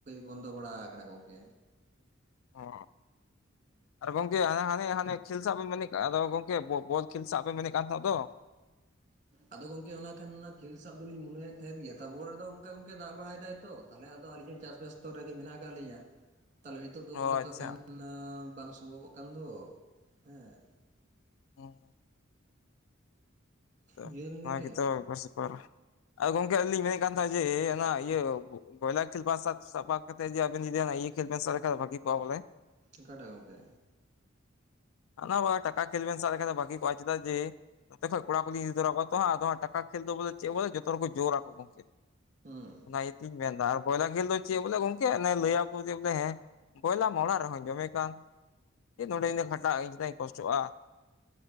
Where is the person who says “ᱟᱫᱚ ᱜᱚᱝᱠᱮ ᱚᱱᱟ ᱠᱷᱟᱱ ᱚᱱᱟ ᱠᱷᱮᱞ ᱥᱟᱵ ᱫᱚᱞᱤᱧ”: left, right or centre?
Right